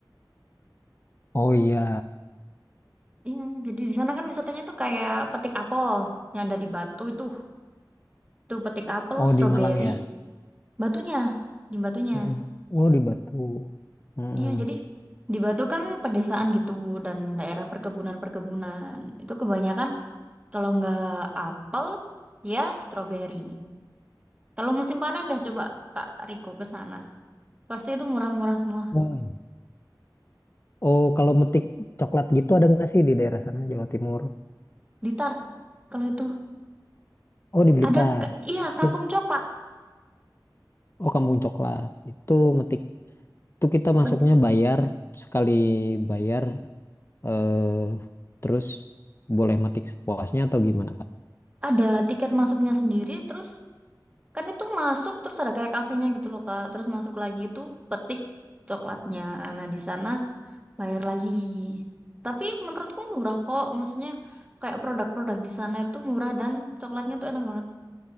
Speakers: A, on the left; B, on the right.
A: Oh iya.
B: Iya, jadi di sana kan wisatanya tuh kayak petik apel yang ada di Batu itu. Tuh petik apel,
A: Oh
B: stroberi,
A: di Malang ya?
B: batunya, di batunya.
A: Mm-mm. Oh di Batu. Mm-mm.
B: Iya, jadi di Batu kan pedesaan gitu dan daerah perkebunan-perkebunan. Itu kebanyakan Kalau nggak apel, ya stroberi. Kalau musim panen dah coba Kak Riko ke sana. Pasti itu murah-murah semua.
A: Oh, oh kalau metik coklat gitu ada nggak sih di daerah sana Jawa Timur?
B: Blitar, kalau itu
A: Oh di Blitar.
B: ada Kak- iya
A: Itu.
B: Kampung Coklat.
A: Oh Kampung Coklat. Itu metik. Itu kita masuknya
B: Bet-
A: bayar sekali bayar eh terus boleh metik sepuasnya atau gimana Kak?
B: Ada tiket masuknya sendiri terus kan itu masuk terus ada kayak kafenya gitu loh Kak. Terus masuk lagi itu petik coklatnya. Nah, di sana bayar lagi. Tapi menurutku murah kok. Maksudnya kayak produk-produk di sana itu murah dan coklatnya tuh enak banget.